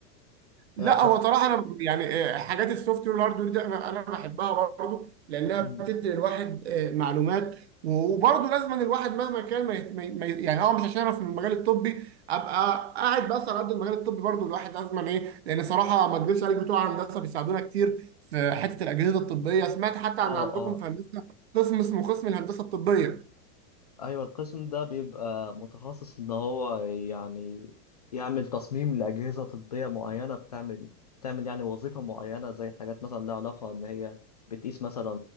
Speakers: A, on the right; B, on the left.
A: لا
B: يعني تص...
A: هو صراحه انا يعني آه، حاجات السوفت وير والهاردوير دي انا انا بحبها برضه لانها
B: م.
A: بتدي الواحد آه، معلومات وبرضه لازم أن الواحد مهما كان ما يت- ما ي- ما ي- يعني اه مش عشان انا في المجال الطبي ابقى قاعد بس على قد المجال الطبي برضه الواحد لازم أن ايه لان صراحه ما اكذبش عليك بتوع هندسه بيساعدونا كتير في حته الاجهزه الطبيه سمعت حتى ان
B: اه
A: عندكم
B: اه
A: في هندسه قسم اسمه قسم الهندسه الطبيه
B: ايوه القسم ده بيبقى متخصص ان هو يعني يعمل تصميم لاجهزه طبيه معينه بتعمل بتعمل يعني وظيفه معينه زي حاجات مثلا لها علاقه ان هي بتقيس مثلا